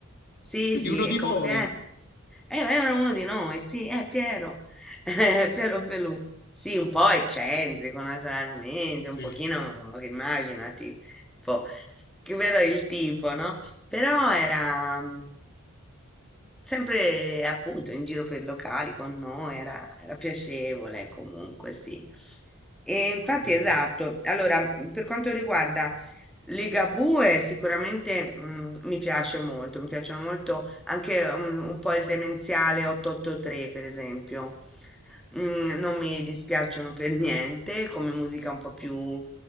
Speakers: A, in the centre; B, on the left.
A: Sì,
B: Quindi
A: sì,
B: uno di
A: è con
B: voi.
A: Pier. Eh, era uno di noi, sì, è Piero. <laughs> Eh, Piero Pelù. Sì, un po' eccentrico naturalmente, un
B: Sì,
A: pochino, immaginati, un po', che però è il tipo, no? Però era, mhmm, Sempre appunto in giro per i locali con noi, era, era piacevole comunque, sì. E infatti,
B: ok.
A: esatto. Allora, mm, per quanto riguarda Ligabue, sicuramente mm, mi piace molto, mi piacciono molto anche mm, un po' il demenziale 883, per esempio. Mm, non mi dispiacciono per niente, come musica un po' più